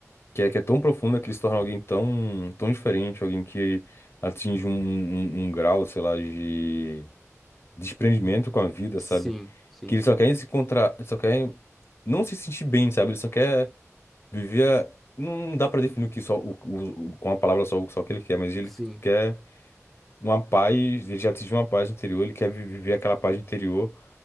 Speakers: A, on the left; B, in the centre.
A: que é, que é tão profunda que ele se torna alguém tão, tão diferente, alguém que atinge um, um um um grau, sei lá, de desprendimento com a vida,
B: Sim,
A: sabe?
B: sim,
A: Que eles só querem se encontrar, só querem não se sentir bem, sabe? Ele só quer viver. a- Não dá pra definir o que só o, o- o- com a palavra só o só o que ele quer, mas ele
B: sim,
A: quer uma paz, ele já atingiu uma paz interior, ele quer vi- viver aquela paz interior